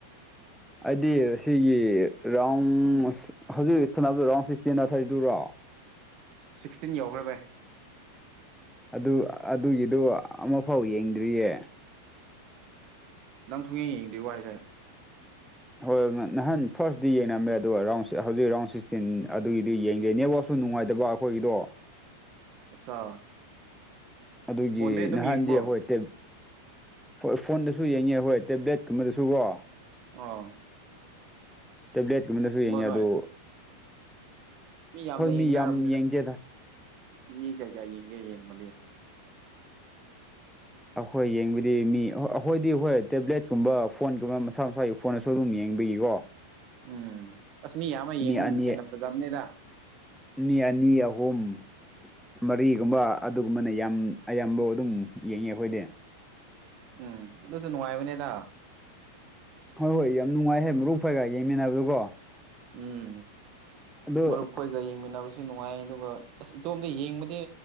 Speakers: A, in the centre; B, on the right (about 40°).
A: ꯑꯩꯗꯤ ꯁꯤꯒꯤ ꯔꯥꯎꯟ ꯍꯧꯖꯤꯛ ꯁꯥꯟꯅꯕꯗ ꯔꯥꯎꯟ ꯁꯤꯛꯁꯇꯤꯟ ꯊꯥꯔꯔꯤ ꯗꯨꯔꯣ꯫
B: ꯁꯤꯛꯁꯇꯤꯟ ꯌꯥꯎꯈ꯭ꯔꯦ ꯚꯥꯏ꯫
A: ꯑꯗꯨ ꯑꯗꯨꯒꯤꯗꯨ ꯑꯃꯐꯥꯎ ꯌꯦꯡꯗ꯭ꯔꯤꯌꯦ꯫
B: ꯅꯪ ꯁꯨꯌꯦꯡ ꯌꯦꯡꯗꯔꯤꯕꯣ ꯍꯥꯏꯖꯦ꯫
A: ꯍꯣꯏ ꯅꯍꯥꯟ ꯐꯥꯔꯁꯇꯗꯤ ꯌꯦꯡꯉꯝꯃꯦ ꯑꯗꯨꯒ ꯔꯥꯎꯟ ꯍꯧꯖꯤꯛ ꯔꯥꯎꯟ ꯁꯤꯛꯁꯇꯤꯟ ꯑꯗꯨꯒꯤꯗꯤ ꯌꯦꯡꯗꯦꯅꯦꯕꯣ꯫ ꯗꯨ ꯅꯨꯡꯉꯥꯏꯇꯕ ꯑꯈꯣꯏꯒꯤꯗꯣ꯫
B: ꯑꯠꯆꯥ꯫
A: ꯑꯗꯨꯒꯤ
B: ꯐꯣꯟꯗꯩ ꯑꯗꯨꯝ
A: ꯅꯍꯥꯟꯗꯣ
B: ꯌꯦꯡꯕ꯭ꯔꯣ
A: ꯑꯈꯣꯏ ꯇꯦꯞ ꯐꯣꯟ ꯐꯣꯟꯗꯁꯨ ꯌꯦꯡꯉꯦ ꯍꯣꯏ ꯇꯦꯕ꯭ꯂꯦꯠꯀꯨꯝꯕꯗꯁꯨ ꯀꯣ꯫
B: ꯑꯥ꯫
A: ꯇꯦꯕ꯭ꯂꯦꯠꯀꯨꯝꯕꯅꯁꯨ ꯌꯦꯡꯉꯤ
B: ꯅꯣꯏ
A: ꯑꯗꯨ꯫
B: ꯃꯤ ꯌꯥꯝꯅ
A: ꯍꯣꯏ
B: ꯌꯦꯡꯅꯔꯕꯅꯤꯅ
A: ꯌꯥꯝ ꯌꯦꯡꯗꯦꯗ
B: ꯃꯤ ꯀꯌꯥ ꯀꯌꯥ ꯌꯦꯡꯒꯦ ꯌꯦꯡꯕꯗꯤ꯫
A: ꯑꯈꯣꯏ ꯌꯦꯡꯕꯗꯤ ꯃꯤ ꯑꯩꯥꯈꯣꯏꯗꯤ ꯑꯈꯣꯏ ꯇꯦꯕ꯭ꯂꯦꯠꯀꯨꯝꯕ ꯐꯣꯟꯒꯨꯝꯕ ꯃꯁꯥ ꯃꯁꯥ꯫ ꯐꯣꯟꯗꯁꯨ ꯑꯗꯨꯝ ꯌꯦꯡꯕꯤꯒꯤꯀꯣ꯫
B: ꯎꯝ ꯑꯁ ꯃꯤ ꯌꯥꯝꯃ ꯌꯦꯡꯕꯅ
A: ꯑꯅꯤ
B: ꯍꯦꯟꯅ ꯐꯖꯕꯅꯦꯗ꯫
A: ꯃꯤ ꯑꯅꯤ ꯑꯍꯨꯝ꯫ ꯃꯔꯤꯒꯨꯝꯕ ꯑꯗꯨꯒꯨꯝꯕꯅ ꯌꯥꯝ ꯑꯌꯥꯝꯕꯧ ꯑꯗꯨꯝ ꯌꯦꯡꯉꯦ ꯑꯈꯣꯏꯗꯤ꯫
B: ꯎꯝ ꯑꯗꯨꯁꯨ ꯅꯨꯡꯉꯥꯏꯕꯅꯦꯗ꯫
A: ꯍꯣꯏ ꯌꯥꯝ ꯅꯨꯡꯉꯥꯏꯍꯦ ꯃꯔꯨꯞ ꯈꯣꯢꯒ ꯌꯦꯡꯃꯤꯟꯅꯕꯗꯨꯀꯣ꯫
B: ꯎꯝ
A: ꯑꯗꯣ
B: ꯃꯔꯨꯞ꯫ ꯑꯈꯣꯏꯒ ꯌꯦꯡꯃꯤꯟꯅꯕꯁꯨ ꯅꯨꯡꯉꯥꯏ ꯑꯗꯨꯒ ꯑꯁ ꯏꯇꯣꯝꯗ ꯌꯦꯡꯕꯗꯤ